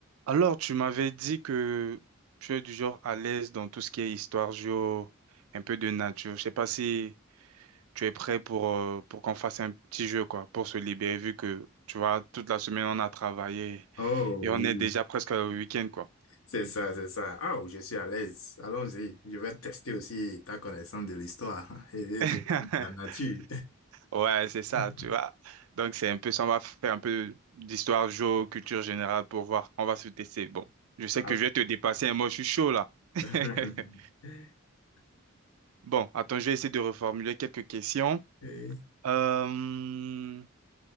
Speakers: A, on the right; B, on the left.
A: Alors, tu m'avais dit que tu es du genre à l'aise dans tout ce qui est histoire géo, un peu de nature. Je sais pas si tu es prêt pour, euh, pour qu'on fasse un petit jeu, quoi, pour se libérer, vu que, tu vois, toute la semaine, on a travaillé
B: Oh
A: et on
B: oui,
A: est déjà presque au week-end, quoi.
B: c'est ça, c'est ça. Ah, je suis à l'aise. Allons-y. Je vais tester aussi ta connaissance de l'histoire <laughs> et
A: <laughs>
B: de, de la nature.
A: Ouais, c'est ça,
B: <laughs>
A: tu vois. Donc, c'est un peu ça. On va faire un peu d'histoire géo, culture générale pour voir. On va se tester. Bon, je sais
B: Ah.
A: que je vais te dépasser, et moi, je suis chaud, là. <laughs>
B: <laughs>
A: Bon, attends, je vais essayer de reformuler quelques questions.
B: Et-
A: Euh,